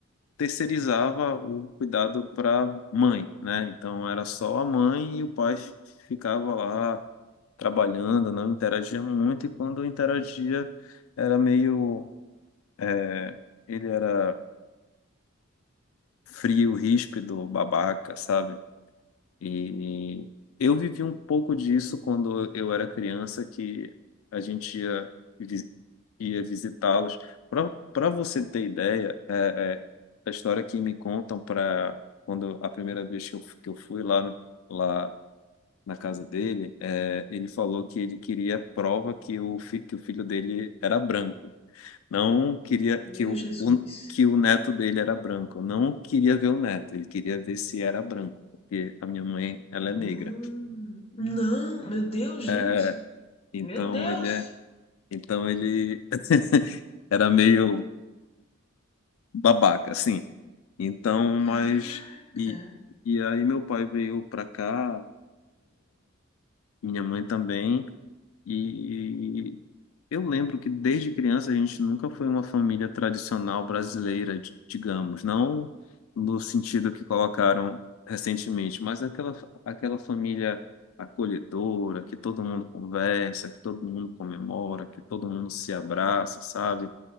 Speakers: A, on the left (about 80°); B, on the left (about 30°).
A: terceirizava o cuidado para mãe, né? Então, era só a mãe e o pai ficava lá trabalhando, não interagia muito, e quando interagia era meio. é, ele era frio, ríspido, babaca, sabe? E eu vivi um pouco disso quando eu era criança, que a gente ia, vi- ia visitá-los. Para para você ter ideia, é, é, a história que me contam para quando a primeira vez que eu, f- que eu fui lá no- lá na casa dele, é, ele falou que ele queria prova que o, fi- que o filho dele era branco. Não queria
B: Meu
A: que o,
B: Jesus.
A: o- que o neto dele era branco. Não queria ver o neto, ele queria ver se era branco, porque a minha mãe, ela é negra.
B: Mano. Não, meu Deus, gente.
A: É, então
B: Meu Deus!
A: ele é, então ele <laughs> era meio babaca, assim. Então,
B: Caraca!
A: mas e, e aí meu pai veio pra cá, minha mãe também. E Eu lembro que desde criança a gente nunca foi uma família tradicional brasileira, di- digamos, não no sentido que colocaram recentemente, mas aquela, aquela família acolhedora, que todo mundo conversa, que todo mundo comemora, que todo mundo se abraça, sabe?